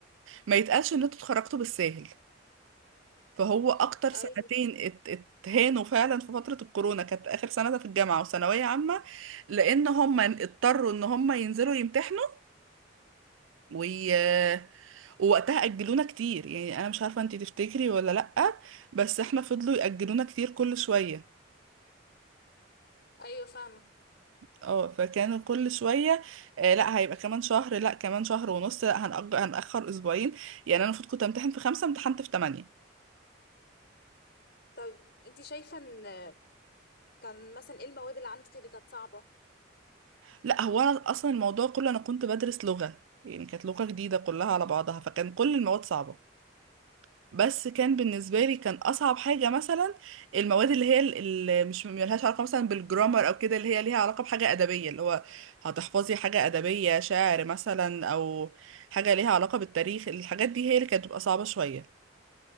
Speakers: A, on the right (about 80°); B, on the left (about 55°).
A: ما يتقالش ان انتوا اتخرجتوا بالساهل فهو اكتر
B: ايوه
A: سنتين ات... اتهانوا فعلا في فترة الكورونا كانت اخر سنة ده في الجامعة وثانوية عامة لان هم اضطروا ان هم ينزلوا يمتحنوا وي... ووقتها اجلونا كتير يعني انا مش عارفة انتي تفتكري ولا لأ بس احنا فضلوا يأجلونا كتير كل شوية
B: ايوه فاهمه
A: اه فكانوا كل شويه آه لا هيبقى كمان شهر لا كمان شهر ونص لا هنأجر هنأخر اسبوعين يعني انا المفروض كنت امتحن في خمسة امتحنت في تمانية
B: طيب انت شايفه ان آه، كان مثلا ايه المواد اللي عندك اللي كانت صعبه
A: لا هو انا اصلا الموضوع كله انا كنت بدرس لغه يعني كانت لغه جديده كلها على بعضها فكان كل المواد صعبه بس كان بالنسبه لي كان اصعب حاجه مثلا المواد اللي هي اللي مش ملهاش علاقه مثلا بالجرامر او كده اللي هي ليها علاقه بحاجه ادبيه اللي هو هتحفظي حاجه ادبيه شعر مثلا او حاجه ليها علاقه بالتاريخ الحاجات دي هي اللي كانت بتبقى صعبه شويه